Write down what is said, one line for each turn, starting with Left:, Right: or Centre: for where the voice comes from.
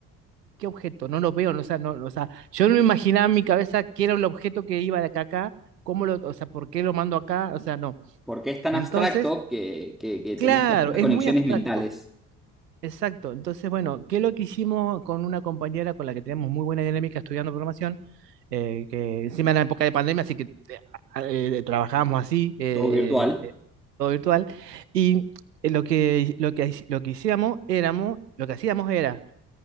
Right: ¿qué objeto? No lo veo, no, o sea, no, no, o sea, yo no imaginaba en mi cabeza qué era el objeto que iba de acá a acá, cómo lo, o sea, por qué lo mando acá, o sea, no.
Centre: ¿por qué es tan
Right: Entonces,
Centre: abstracto que, que, que tenés
Right: claro,
Centre: que hacer las
Right: es
Centre: conexiones
Right: muy abstracto.
Centre: mentales?
Right: Exacto. Entonces, bueno, ¿qué es lo que hicimos con una compañera con la que tenemos muy buena dinámica estudiando programación? eh, que encima era época de pandemia, así que eh, a- eh, trabajábamos así, eh,
Centre: Todo virtual.
Right: todo virtual. Y eh, lo que, lo que, lo que hacíamos éramos, lo que hacíamos era